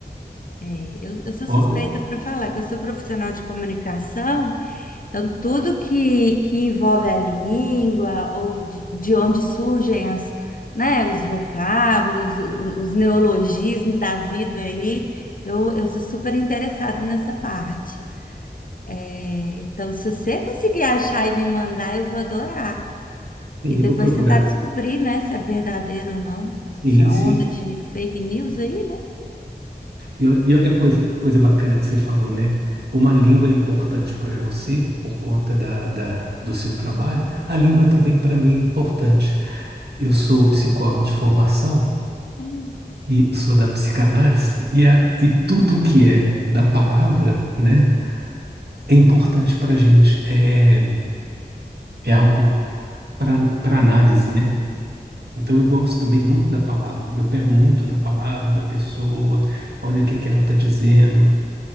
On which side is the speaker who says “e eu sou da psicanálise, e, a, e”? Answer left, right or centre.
Right